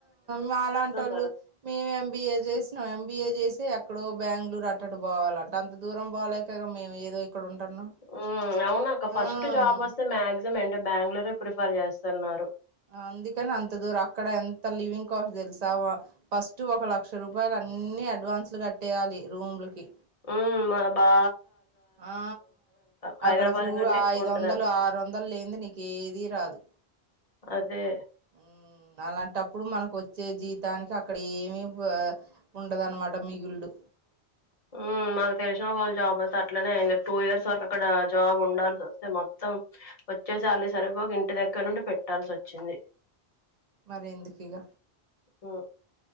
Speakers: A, on the right; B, on the left.
A: మాలాాంటోళ్ళు
B: దొరకవు
A: మేమేం యం బి ఏ చేసి చేసినం ఎంబీఏ చేస్తూ ఎక్కడో బెంగళూరు అట్టటు పోవాలంట అంత దూరం పోలేక మేము ఏదో ఇక్కడ ఉంటున్నాం
B: ఊ అవును అక్క ఫస్ట్
A: అవును
B: జాబ్ వస్తే మాక్సిమం ఎన్ బెంగళూరే ఆ ప్రిఫర్ చేస్తున్నారు.
A: అందుకనే అంత దూర అక్కడ ఎంత లివింగ్ కాస్ట్ తెలుసా ఫస్ట్ ఒక లక్ష రూపాయలు అన్ని అడ్వాన్స్లు కట్టేయాలి రూమ్లకి
B: ఊ మన బా
A: ఆ
B: హైదరాబాద్
A: అక్కడ ఫ్రూ
B: కంటే ఎక్కువ
A: ఐదు
B: ఉంటదంట
A: వందలు ఆరు వందలు లేనిది నీకు అది రాదు
B: అదే
A: ఊ అలాంటప్పుడు మనకు వచ్చే జీతానికి అక్కడ ఏమీ ఉండదన్నమాట మిగులుడు
B: ఊ మాకు తెలిసిన వాలు జాబ్ అసస్తే అట్లనే అయింది టూ ఇయర్స్ వరకు అక్కడ జాబ్ ఉండాల్సి వస్తే మొత్తం వచ్చే సాలరీ సరిపోక ఇంటి దగ్గర నుండి పెట్టాల్సి వచ్చింది.
A: మరి ఎందుకు ఇక
B: ఊ